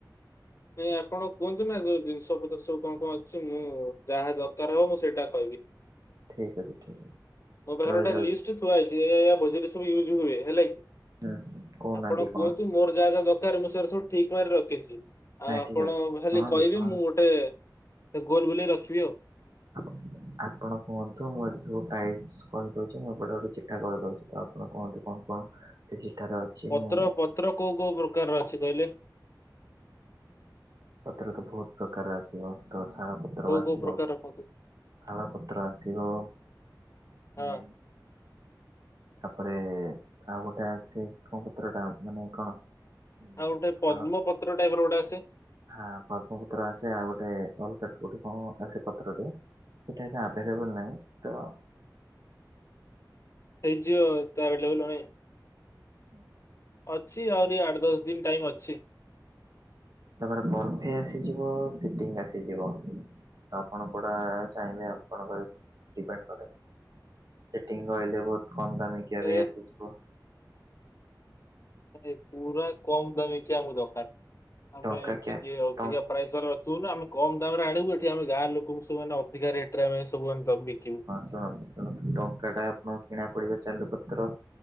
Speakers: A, on the left; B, on the right.
A: ନାଇଁ ଆପଣ କୁହନ୍ତୁ ନା ଯୋଉ ଜିନିଷ ପତ୍ର ସବୁ କଣ କଣ ଅଛି ମୁଁ ଯାହା ଦରକାର ହବ ମୁଁ ସେଇଟା କହିବି
B: ଠିକ୍ ଅଛି ଠିକ୍ ଅଛି
A: ମୋ ପାଖରେ
B: ରହିଯାଉଛି।
A: ଗୋଟେ ଲିଷ୍ଟ ଥୁଆଇଛି ଏଆ ଏ ଆ ବଜଟରେ ସବୁ ୟୁଜ୍ ହୁଏ ହେଲା କି
B: ହୁଁ କହୁନାହାନ୍ତି
A: ଆପଣ କୁହନ୍ତୁ
B: କଣ ସବୁ
A: ମୋର ଯାହା ଯାହା ଦରକାର ମୁଁ ସେଟ ସବୁ ଠିକ ମାରି ରଖିଛି
B: ନାଇଁ
A: ଆଉ ଆପଣ
B: ଠିକ ଅଛି
A: ଖାଲି
B: ଶୁଣନ୍ତୁ
A: କହିବି
B: ଶୁଣନ୍ତୁ
A: ମୁଁ ଗୋଟେ ଗୋଲ ବୁଲେଇ ରଖିବି ଆଉ
B: ହଁ ଆପଣ କୁହନ୍ତୁ ମୁଁ ଏଠି ସବୁ ପ୍ରାଇସ୍ କହିଦଉଛି ମୁଁ ଏପଟେ ଗୋଟେ ଚିଠା କରିଦେଉଛି ତ ଆପଣ କୁହନ୍ତୁ କଣ କଣ ସେ ସେଠାରେ ଅଛି
A: ପତ୍ର
B: ମୁଁ
A: ପତ୍ର କୋଉ କୋଉ ପ୍ରକାରର ଅଛି କହିଲେ?
B: ପତ୍ର ତ ବହୁତ ପ୍ରକାରର ଆସିବ ତ ଛାଳ ପତ୍ର
A: କୋଉ
B: ଆସିବ
A: କୋଉ ପ୍ରକାରର କୁହନ୍ତୁ?
B: ଶାଳପତ୍ର ଆସିବ
A: ହଁ
B: ମେନ୍ ତାପରେ ଆଉ ଗୋଟେଆସେ କଣ ପତ୍ର ଟା ମାନେ କଣ ଉଁ,
A: ଆଉ ଗୋଟେ
B: ଶାଳ
A: ପଦ୍ମପତ୍ର ଟାଇପ ର ଗୋଟେ ଆସେ
B: ହଁ ପଦ୍ମପୁତ୍ର ଆସେ ଆଉ ଗୋଟେ ଅଲୋ କଣ ଆସେ ପତ୍ରଟି ସେଇଟା ଏ ଆଭେଲେବଲ ନାହିଁ ତ
A: ଏଇ ଜିଓ ତ ଏଭେଲେବଲନାଇ
B: ହୁଁ
A: ଅଛି ଆହୁରି ଆଠ ଦଶ ଦିନ ଟାଇମ ଅଛି
B: ତାପରେ ପର୍ଫେ ଆସିଯିବ ସିଟିଙ୍ଗ ଆସିଯିବ ଆପଣ କଉଡା ଚାହିଁବେ ଆପଣଙ୍କ ଡିପେଣ୍ଡ କରେ ସେଟିଙ୍ଗ କହିଲେ ବହୁତ କମ ଦାମ କିବେ
A: ସେ
B: ଆସିଯିବ
A: ପୁରା କମ୍ ଦାମିକିଆ ଆମକୁ ଦରକାର ଆମେ
B: ଟଙ୍କାକିଆ
A: ଟିକେ ଅଧିକା
B: ଟ
A: ପ୍ରାଇସ୍ ବାର ରଖିବୁ ନା ଆମେ କମ୍ ଦାମରେ ଆଣିବୁ ଏଠି ଆମେ ଗାଁ ଲୋକଙ୍କୁ ସବୁ ମାନେ ଅଧିକା ରେଟରେ ଆମେ ସବୁ ଆଣି ସବୁ ବିକିିବୁ।
B: ଚଳନ୍ତୁ ଚଳନ୍ତୁ ଟଙ୍କାଟା ଆପଣଙ୍କୁ କିଣା ପଡିବ ଚାଲୁ ପତ୍ର